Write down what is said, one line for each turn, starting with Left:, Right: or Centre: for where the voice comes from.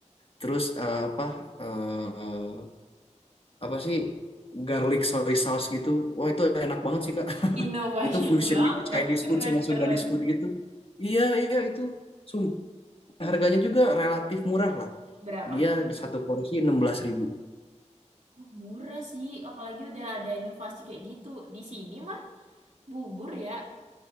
Left: terus eh, apa eh apa sih garlic soy sauce gitu. Wah, itu enak banget sih Kak. <laughs>
Right: Innovation
Left: Itu fusion
Right: banget,
Left: gitu Chinese
Right: keren-keren.
Left: food sama Sundanese food gitu. Iya, iya itu. Sumpah harganya juga relatif murah lah.
Right: Berapa?
Left: Dia satu porsi enam belas ribu.
Right: Wah, murah sih, apalagi udah ada inovasi kayak gitu. Di sini mah bubur ya,